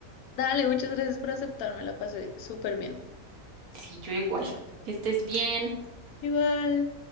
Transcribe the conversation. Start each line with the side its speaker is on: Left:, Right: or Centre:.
Left: Dale, muchas gracias por aceptarme, la pasé súper bien.
Right: Sí, yo igual.
Left: Bueno,
Right: Que estés bien.
Left: igual.